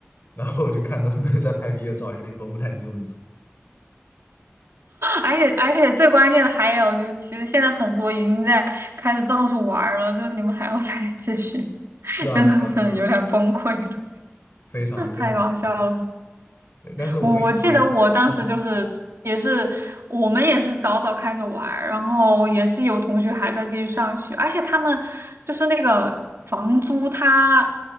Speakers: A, on the left; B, on the right.
A: 然后我就看到很多人在拍毕业照，有点绷不太住，你知道吗？
B: 而且而且最关键的还有就是，其实现在很多已经在开始到处玩儿了，就是你们还要再继续，
A: 是啊，
B: <laughs> 真的是有点崩溃了，
A: 是啊，是啊，非常非常崩溃。
B: <laughs> 太搞笑了。
A: 对，但是我们也快，
B: 我我记得我当时就是也是我们也是早早开始玩儿，
A: 嗯，
B: 然后也是有同学还在继续上学，而且他们就是那个房租，他